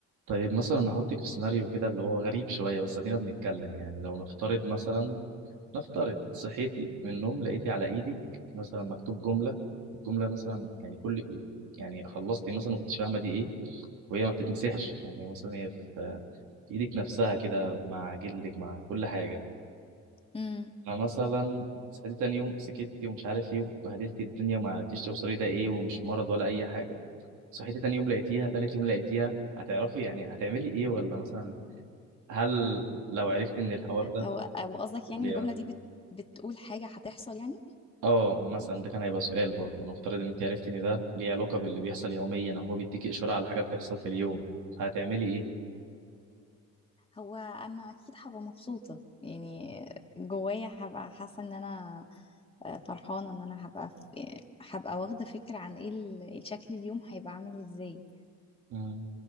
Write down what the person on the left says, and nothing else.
امم
هو هو قصدك يعني
إن الجملة دي بت... بتقول حاجة هتحصل يعني
هو أنا أكيد هبقى مبسوطة يعني جوايا هبقى حاسة إن أنا آه، فرحانة إن أنا هبقى في- هبقى واخدة فكرة عن إيه ال- الشكل اليوم هيبقى عامل إزاي